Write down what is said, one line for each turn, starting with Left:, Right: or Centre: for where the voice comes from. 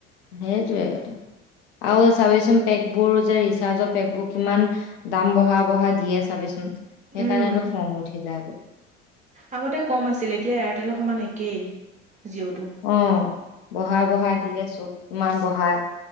Left: সেইটোৱেটো আৰু চাবিচোন পেকবোৰ যে ৰিচাৰ্জৰ পেকবোৰ কিমান দাম বঢ়া বঢ়া দিয়ে চাবিচোন সেইকাৰণেতো
Right: উম
Left: খং উঠি যায়গৈ
Right: আগতে কম আছিল এতিয়া এয়াৰটেল সমান একেই জিঅ'টো।
Left: অ বঢ়াই বঢ়াই দিলে চব ইমান বঢ়াই